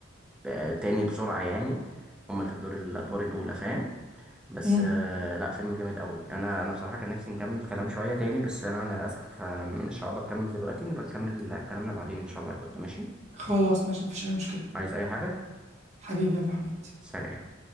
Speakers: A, in the centre; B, on the right.
A: ب- تاني بسرعة يعني هما اللي في الدور الادوار الاولى فاهم بس
B: امم
A: آه لا فيلم جامد قوي انا انا بصراحة كان نفسي نكمل كلام شوية تاني بس انا للاسف آه، مش هقدر اكمل دلوقتي نبقى نكمل كلامنا بعدين ان شاء الله يا بود ماشي
B: خلاص ماشي مفيش اي مشكله
A: عايز اي حاجة
B: حبيبي يا ابو حميد
A: سلام